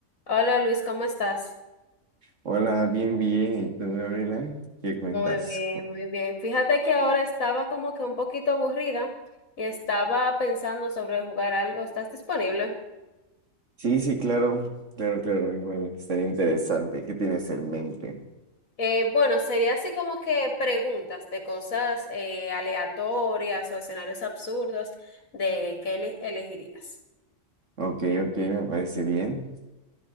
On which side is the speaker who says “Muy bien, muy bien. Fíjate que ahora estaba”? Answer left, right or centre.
Left